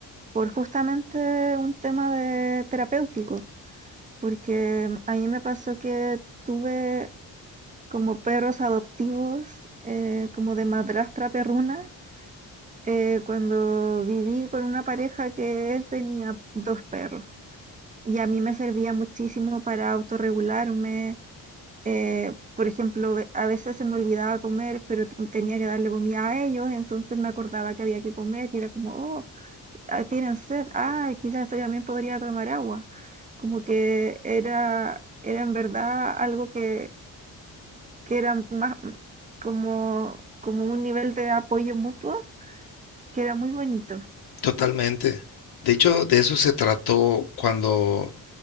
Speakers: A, on the right; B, on the left.
A: por justamente un tema de terapéutico, porque a mí me pasó que tuve como perros adoptivos, eh, como de madrastra perruna, eh, cuando viví con una pareja que él tenía dos perros y a mí me servía muchísimo para autorregularme, eh, por ejemplo, a veces se me olvidaba comer, pero t- tenía que darle comida a ellos, entonces me acordaba que había que comer y era como, oh, ah, tienen sed, ah, quizás yo también podría tomar agua. Como que era, era en verdad algo que, que era más como, como un nivel de apoyo mutuo que era muy bonito.
B: Totalmente. De hecho, de eso se trató cuando